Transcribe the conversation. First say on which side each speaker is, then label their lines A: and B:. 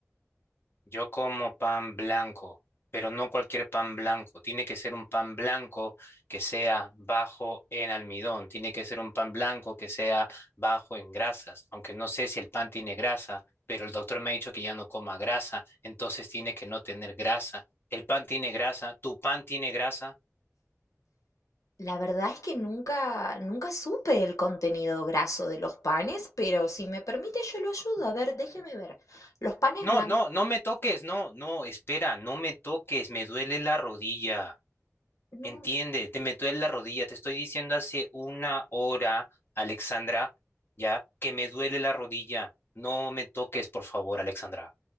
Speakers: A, on the left; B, on the left.
A: Yo como pan blanco, pero no cualquier pan blanco. Tiene que ser un pan blanco que sea bajo en almidón. Tiene que ser un pan blanco que sea bajo en grasas. Aunque no sé si el pan tiene grasa, pero el doctor me ha dicho que ya no coma grasa, entonces tiene que no tener grasa. El pan tiene grasa, tu pan tiene grasa.
B: La verdad es que nunca, nunca supe el contenido graso de los panes, pero si me permite yo lo ayudo. A ver, déjeme ver. Los panes
A: No,
B: blancos...
A: no, no me toques, no, no, espera, no me toques, me duele la rodilla.
B: No,
A: Entiende, te meto en la rodilla, te estoy diciendo hace una hora, Alexandra, ya, que me duele la rodilla. No me toques, por favor, Alexandra.